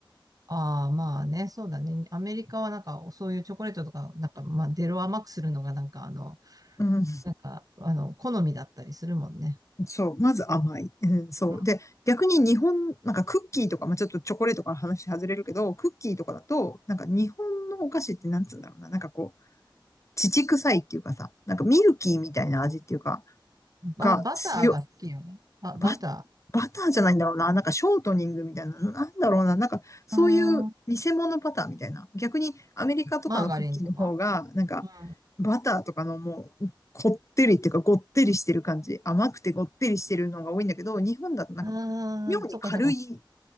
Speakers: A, on the right; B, on the left.
A: ああまあね、そうだね。アメリカはなんか、そういうチョコレートとか、なんか、まあ、出ろ甘くするのが、なんか、あの、
B: うん、
A: なんか、あの、好みだったりするもんね。
B: そう、まず甘い。うん、そう。
A: うん
B: で、逆に日本、なんかクッキーとか、まあ、ちょっとチョコレートから話外れるけど、クッキーとかだと、なんか日本のお菓子ってなんつうんだろうな。なんかこう、乳臭いっていうかさ、なんかミルキーみたいな味っていうか、
A: バ、
B: が強い、
A: バターが好きよね。バ、
B: バ、
A: バタ
B: バターじゃないんだろうな。なんかショートニングみたいな、なんだろうな。なんかそういう偽物バターみたいな。
A: ー。うーん。
B: 逆にアメリカとかのクッキーの方が、
A: マーガリンとか
B: なんか
A: うん。あ
B: バターとかのもう、こってりっていうか、ごってりしてる感じ。甘くてごってりしてるのが多いんだけど、日本だとなんか、
A: あ、
B: 妙に軽い、
A: ああ、そっかそっか。